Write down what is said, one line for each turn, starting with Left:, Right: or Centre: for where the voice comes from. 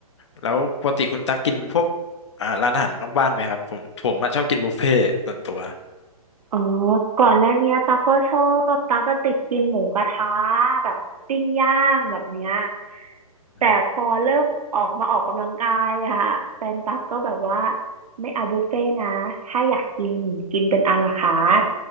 Left: แล้วปกติคุณตักกินพวกอ่าร้านอาหารนอกบ้านไหมครับผมผมอะชอบกินบุฟเฟ่ต์ส่วนตัว
Right: อ๋อก่อนหน้าเนี้ยตาก็ชอบ ตาก็ติดกินหมูกระทะแบบปิ้งย่างแบบเนี้ย
Left: อืม
Right: แต่พอเริ่มออกมาออกกำลังกายอะค่ะแฟนตักก็แบบว่าไม่เอาบุฟเฟ่ต์นะถ้าอยากกินกินเป็นอาลาคาร์ท